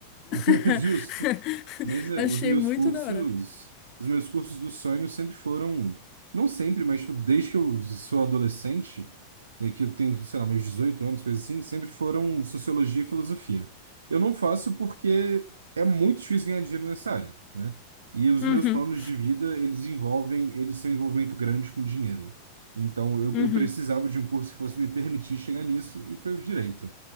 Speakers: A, on the right; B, on the left.
A: <laughs>
B: <laughs>
A: Justo. Mas é,
B: Achei
A: os meus
B: muito
A: cursos,
B: da hora.
A: os meus cursos do sonho sempre foram, não sempre, mas tipo, desde que eu sou adolescente, né, que eu tenho, sei lá, meus 18 anos, coisa assim, sempre foram sociologia e filosofia. Eu não faço porque é muito difícil ganhar dinheiro nessa área, né? E os
B: Uhum,
A: meus planos de vida, eles envolvem, eles têm um envolvimento grande com dinheiro. Então, eu,
B: uhum,
A: eu precisava de um curso que fosse me permitir chegar nisso, e foi o direito.